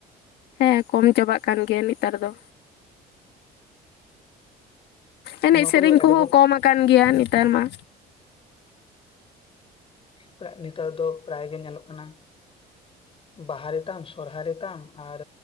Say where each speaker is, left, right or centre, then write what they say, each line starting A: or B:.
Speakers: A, on the left; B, on the left.
A: ᱦᱮᱸ ᱠᱚᱢ ᱪᱟᱵᱟᱜ ᱠᱟᱱ ᱜᱮᱭᱟ ᱱᱮᱛᱟᱨ ᱫᱚ ᱮᱱᱮᱡ
B: ᱱᱚᱣᱟ
A: ᱥᱮᱨᱮᱧ
B: ᱠᱚᱫᱚ ᱮᱠᱫᱚᱢ
A: ᱠᱚᱦᱚᱸ ᱠᱚᱢ ᱟᱠᱟᱱ ᱜᱮᱭᱟ ᱱᱮᱛᱟᱨ ᱢᱟ
B: ᱦᱮᱸ ᱱᱮᱛᱟᱨ ᱫᱚ ᱯᱨᱟᱭ ᱜᱮ ᱧᱮᱞᱚᱜ ᱠᱟᱱᱟ ᱵᱟᱦᱟ ᱨᱮ ᱛᱟᱢ ᱥᱚᱨᱦᱟᱭ ᱨᱮ ᱛᱟᱢ ᱟᱨ